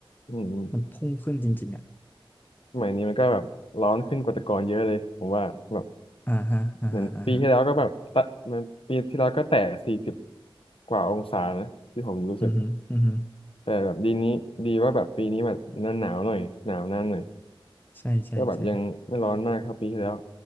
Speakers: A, on the left; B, on the left.
A: อืม
B: มันพุ่งขึ้นจริงๆอ่ะ
A: สมัยนี้มันก็แบบร้อนขึ้นกว่าแต่ก่อนเยอะเลยผมว่าแบบ
B: อ่าฮะอ่าฮะอ่าฮะ
A: เหมือนปีที่แล้วก็แบบตะมันปีที่แล้วก็แตะสี่สิบกว่าองศานะที่ผมรู้สึก
B: อือฮึอือฮึ
A: แต่แบบดีนี้ดีว่าแบบปีนี้แบบหน้าหนาวหน่อยหนาวนานหน่อย
B: ใช่ใช่ใช่
A: ก็แบบยังไม่ร้อนมากเท่าปีที่แล้ว